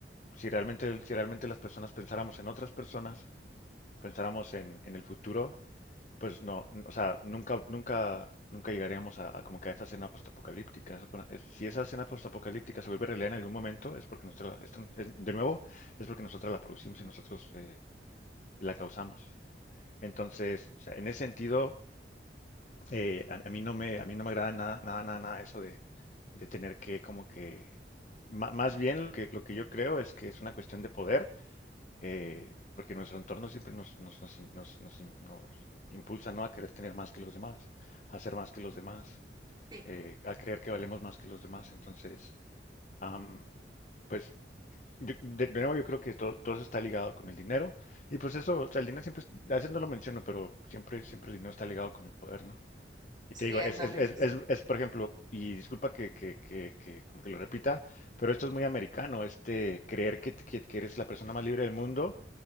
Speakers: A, on the left (about 45°); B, on the right (about 25°).
A: si realmente, si realmente las personas pensáramos en otras personas, pensáramos en, en el futuro, pues no, n- o sea, nunca, nunca, nunca llegaríamos a, a como que a esta escena postapocalíptica. Esa pona- es- Si esa escena postapocalíptica se vuelve realidad en algún momento, es porque nosotros, la- esto- es- de nuevo, es porque nosotros la producimos y nosotros eh, la causamos. Entonces, o sea, en ese sentido, eh, a, a mí no me, a mí no me agrada nada, nada, nada, nada eso de, de tener que como que, ma- más bien lo que, lo que yo creo es que es una cuestión de poder eh, porque nuestro entorno siempre nos, nos, nos, nos- nos nos impulsa ¿no? a querer tener más que los demás, a ser más que los demás,
B: Sí,
A: eh, a creer que valemos más que los demás. Entonces, am, pues yo- de, de nuevo yo creo que to- todo eso está ligado con el dinero. Y pues eso, o sea, el dinero siempre, es- a veces no lo menciono, pero siempre, siempre el dinero está ligado con el poder, ¿no? Y
B: sí,
A: te digo,
B: ándale,
A: es, es, es,
B: eso sí.
A: es, es, por ejemplo, y disculpa que, que, que, que como que lo repita, pero esto es muy americano, este creer que, que, que eres la persona más libre del mundo